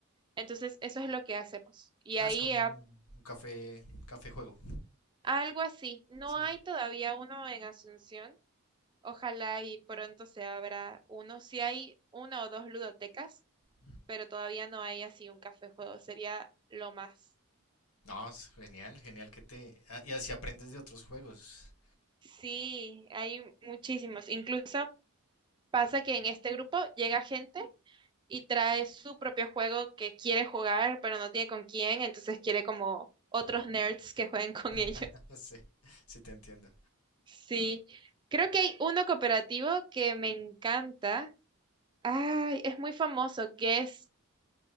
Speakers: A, on the right; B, on the left.
A: Entonces, eso es lo que hacemos. Y
B: Ah,
A: ahí
B: es como
A: a-
B: un un café, café juego.
A: algo así. No
B: Sí.
A: hay todavía uno en Asunción. Ojalá y pronto se abra uno. Si hay una o dos ludotecas
B: Ujú.
A: pero todavía no hay así un café juego, sería lo más.
B: No, es genial, genial que te... ah, Y así aprendes de otros juegos.
A: Sí, hay muchísimos. Incluso pasa que en este grupo llega gente y trae su propio juego que quiere jugar, pero no tiene con quién, entonces quiere como otros nerds que jueguen <laughs> con ellos.
B: <laughs> Sí, sí te entiendo.
A: Sí, creo que hay uno cooperativo que me encanta. Ay, es muy famoso, que es,